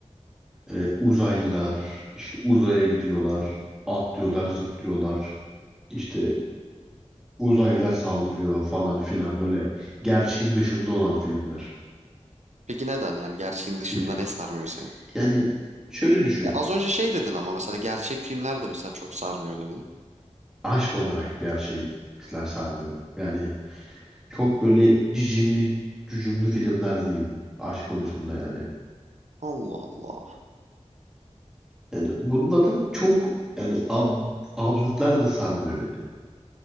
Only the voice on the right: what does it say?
Peki neden yani gerçeğin dışında
ne sarmıyor seni?
E az önce şey dedin ama mesela gerçek filmler de mesela çok sarmıyor dedin.
Allah Allah.